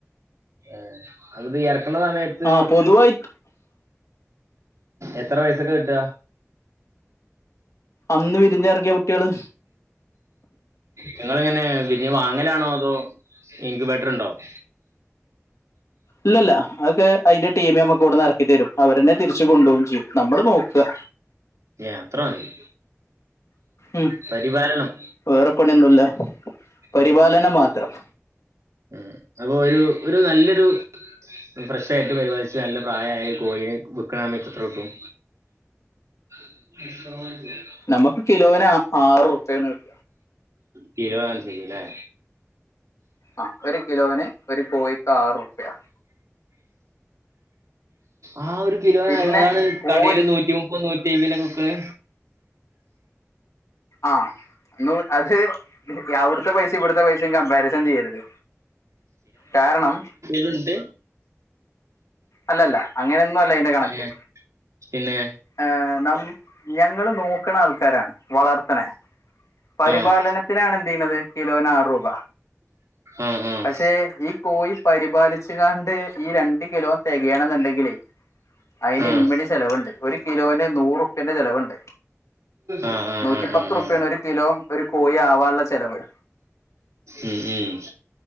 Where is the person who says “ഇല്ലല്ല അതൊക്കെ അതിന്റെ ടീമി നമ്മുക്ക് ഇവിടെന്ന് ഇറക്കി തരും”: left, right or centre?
Left